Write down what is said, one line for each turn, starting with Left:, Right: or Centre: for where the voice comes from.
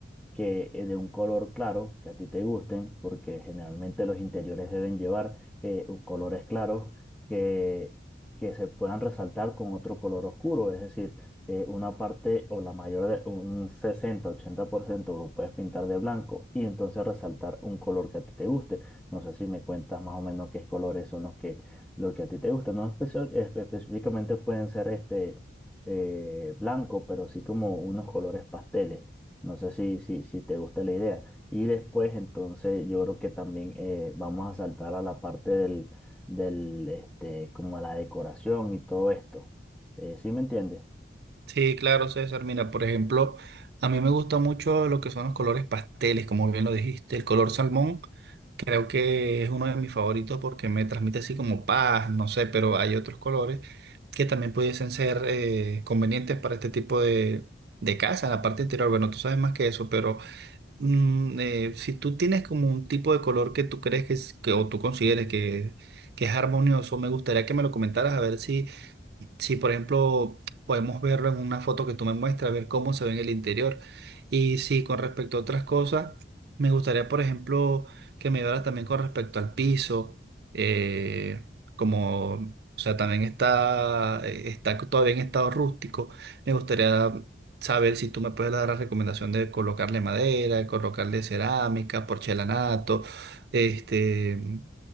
Centre: que eh, de un color claro, que a ti te gusten, porque generalmente los interiores deben llevar eh, u- colores claros que, que se puedan resaltar con otro color oscuro, es decir, eh, una parte o la mayor de un sesenta ochenta por ciento lo puedes pintar de blanco y entonces resaltar un color que a ti te guste. No sé si me cuentas más o menos qué colores son los que, lo que a ti te gusta. No especial, espe- específicamente pueden ser este eh, blanco, pero sí como unos colores pasteles. No sé si, si, si te gusta la idea. Y después, entonces, yo creo que también eh, vamos a saltar a la parte del, del, este, como la decoración y todo esto. Eh, ¿sí me entiendes?
Right: Sí, claro, César. Mira, por ejemplo, a mí me gusta mucho lo que son los colores pasteles, como bien lo dijiste, el color salmón. Creo que es uno de mis favoritos porque me transmite así como paz, no sé, pero hay otros colores que también pudiesen ser eh, convenientes para este tipo de, de casa, en la parte interior. Bueno, tú sabes más que eso, pero mm, eh, si tú tienes como un tipo de color que tú crees que, es- que o tú consideres que, que es armonioso, me gustaría que me lo comentaras a ver si si, si, por ejemplo, podemos verlo en una foto que tú me muestras, ver cómo se ve en el interior. Y sí, con respecto a otras cosas, me gustaría, por ejemplo, que me hablara también con respecto al piso, eh, como, o sea, también está, eh, está todavía en estado rústico. Me gustaría saber si tú me puedes dar la recomendación de colocarle madera, colocarle cerámica, porcelanato, este